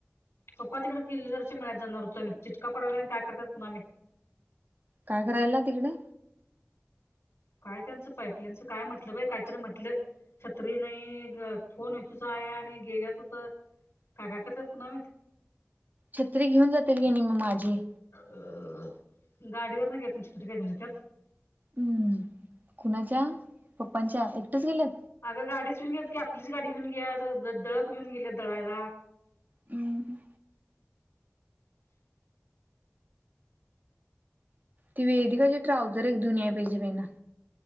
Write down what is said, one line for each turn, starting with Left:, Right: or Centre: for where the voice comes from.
Left: पप्पा तिकक किल्ल्यारश मिळत जाणारृत आणि चिटका पडालाय काय करत पुन्हा मी
Right: काय करायला तिकडें.
Left: काय त्यांचं पाईपलाईनचं काय म्हटलं बा काहीतरी म्हटलं. छत्री नाही फोन य तच आहे आणि गेल्याच हो तर काका कायकाय कर्त्यात
Right: छत्री घेऊन जातील की नाही मग माझी
Left: अ गाडीवर नाही का तुमच्या तरी काय तुमच्या त्यात
Right: हम्म कुणाच्या पप्पांच्या एकटेच गेल्यात.
Left: अगं गाडीच घेऊन घ्यात की आपलीच गाडी घेऊन घ्या दळप घेऊन गेल्यात दळायला.
Right: हम्म ती वेदी कशी ट्राउझर एक दुनिया पाहिजे पहि ना